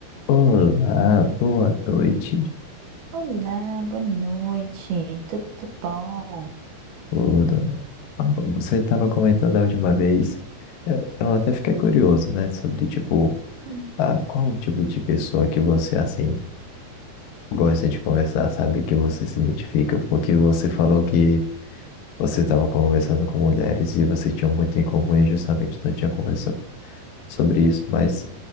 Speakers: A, on the left (about 70°); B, on the right (about 70°).
A: Olá, boa noite.
B: Olá, boa noite, tudo bom?
A: Olá. Paulo, Você estava comentando a última vez, eu, eu até fiquei curioso, né, sobre tipo,
B: Hum.
A: ah, qual o tipo de pessoa que você assim gosta de conversar, sabe, que você se identifica, porque você falou que você estava conversando com mulheres e vocês tinham muito em comum e justamente não tinha conversa sobre isso, mas